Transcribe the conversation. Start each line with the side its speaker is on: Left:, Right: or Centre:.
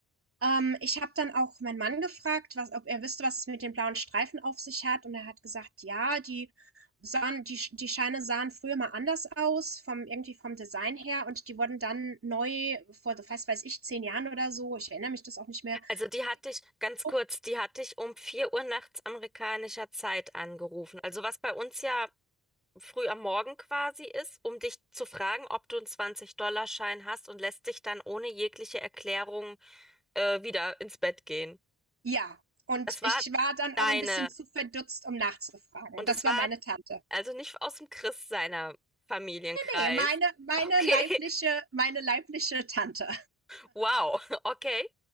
Right: Ähm, ich habe dann auch meinen Mann gefragt, was, ob er wüsste, was es mit den blauen Streifen auf sich hat. Und er hat gesagt, ja, die sahen, die, die Scheine sahen früher mal anders aus, vom, irgendwie vom Design her. Und die wurden dann neu vor, was weiß ich, zehn Jahren oder so, ich erinnere mich das auch nicht mehr,
Centre: Also die hatte ich, ganz
Right: guckt.
Centre: kurz, die hatte ich um 4 Uhr nachts amerikanischer Zeit angerufen. Also was bei uns ja früh am Morgen quasi ist, um dich zu fragen, ob du einen 20-Dollar-Schein hast und lässt dich dann ohne jegliche Erklärung äh, wieder ins Bett gehen.
Right: Ja, und
Centre: Es war
Right: ich war dann
Centre: deine
Right: auch ein bisschen zu verdutzt, um nachzufragen.
Centre: und
Right: Das
Centre: es war
Right: war meine Tante.
Centre: also nicht aus dem Christ seiner Familienkreis.
Right: Nee, meine, meine
Centre: Okay,
Right: leibliche, meine leibliche Tante.
Centre: <laughs> wow, okay.